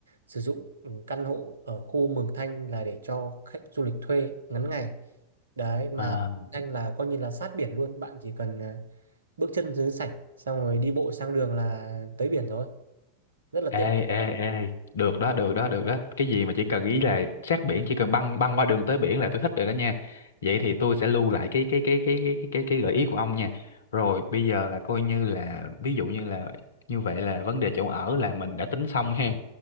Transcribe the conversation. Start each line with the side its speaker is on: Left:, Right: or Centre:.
Right: sử dụng ừ, căn hộ ở khu Mường Thanh là để cho khách du lịch thuê ngắn ngày đấy mà
Left: à
Right: anh là coi như là sát biển luôn bạn chỉ cần à, bước chân dưới sạch xong rồi đi bộ sang đường là tới biển rồi rất là
Left: ê
Right: tiện
Left: ê ê được đó được đó được đó cái gì mà chỉ cần ý là sát biển chỉ cần băng băng qua đường tới biển là tôi thích rồi đó nha vậy thì tôi sẽ lưu lại cái cái cái cái cái cái cái, cái gợi ý của ông nha rồi bây giờ là coi như là ví dụ như là như vậy là vấn đề chỗ ở là mình đã tính xong ha